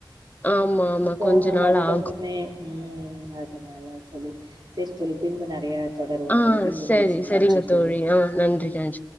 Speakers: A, on the left; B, on the right.
A: ஆமா ஆமா
B: போன
A: கொஞ்ச நாள்
B: வருடமுமே
A: ஆகு
B: ம் அதனால தோழி செரி தோழி பின்பு நெறைய தொடருவோ
A: ஆ
B: தோழி பின்பு
A: சரி,
B: பேசுவோ
A: சரிங்க
B: நன்றி தோழி
A: ஆ நன்றி,
B: ம்
A: நன்றி.